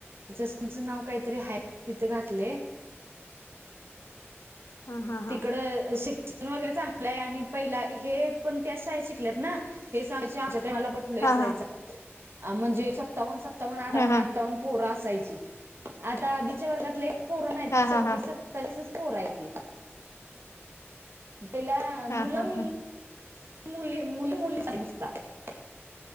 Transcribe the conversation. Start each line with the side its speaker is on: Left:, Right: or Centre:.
Right: तिच्या स्कूलचं नाव काहीतरी आहे तिथं घातलंय.
Left: हा हा हा
Right: तिकड शिक्षण वगैरे चांगलं आहे आणि पहिला हे पण त्या शाळेत शिकल्यात ना हे सांगायचे आमच्या टायमाला पट लई
Left: हा
Right: असायच, म्हणजे सत्तावन सत्तावन आठ्ठवन
Left: हा हा हा
Right: आठ्ठवन पोर असायची, आता अभीच्या वर्गात लई पोरं नाही
Left: हा
Right: सव्वीस
Left: हा हा
Right: सत्तावीसच पोर हायती. पहिला
Left: हा
Right: मुलं
Left: हा हा.
Right: मुली मुली मुली <unintelligible>